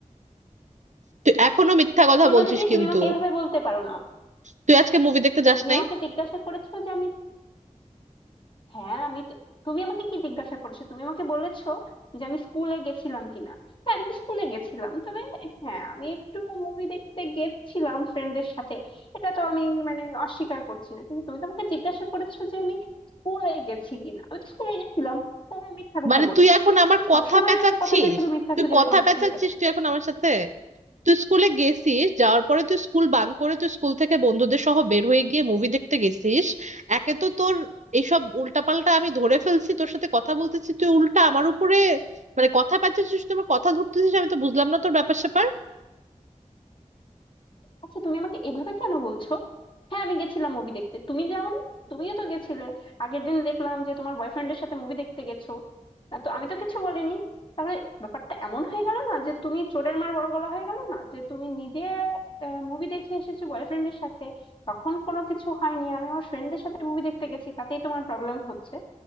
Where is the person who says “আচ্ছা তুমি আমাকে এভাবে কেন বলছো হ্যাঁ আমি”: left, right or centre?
Left